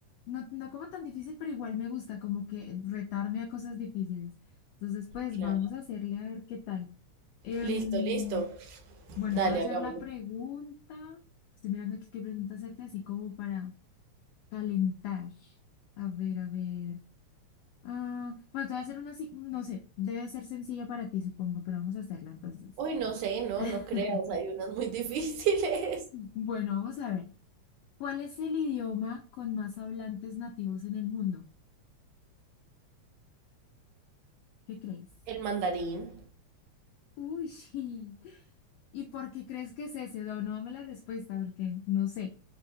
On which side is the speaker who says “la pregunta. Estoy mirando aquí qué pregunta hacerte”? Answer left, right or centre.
Left